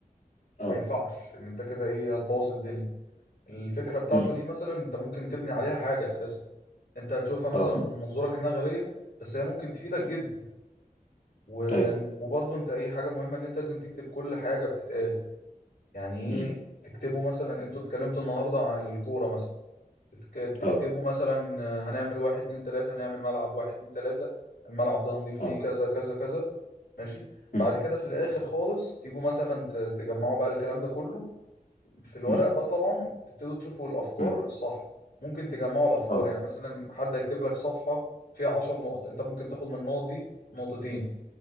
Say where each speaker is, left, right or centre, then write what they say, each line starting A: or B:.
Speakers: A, on the left; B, on the left.
A: اه
B: ما ينفعش ان انت كده ايه هتبوظ الدنيا الفكرة بتاعته
A: مم.
B: دي مثلا انت ممكن تبني عليها حاجة اساسا انت هتشوفها مثلا
A: اه
B: من منظورك انها غبية بس هي ممكن تفيدك
A: مم.
B: جدا و...
A: ايوه
B: وبرضه انت ايه حاجه مهمه ان انت لازم تكتب كل حاجه بتتقال يعني ايه
A: مم.
B: تكتبوا مثلا انتوا اتكلمتوا النهارده عن الكوره مثلا تتك...
A: اه
B: تكتبوا مثلا آه، هنعمل واحد اتنين تلاته هنعمل ملعب واحد اتنين تلاته الملعب ده هنضيف
A: اه
B: ليه كذا كذا كذا ماشي
A: مم.
B: بعد كده في الاخر خالص تيجوا مثلا ت... تجمعوا بقى الكلام ده كله في الورق
A: مم.
B: بقى طبعا تبتدوا تشوفوا الافكار
A: مم.
B: الصح ممكن تجمعوا الافكار
A: اه
B: يعني مثلا حد هيكتب لك صفحه فيها 10 نقط انت ممكن تاخد من النقط دي نقطتين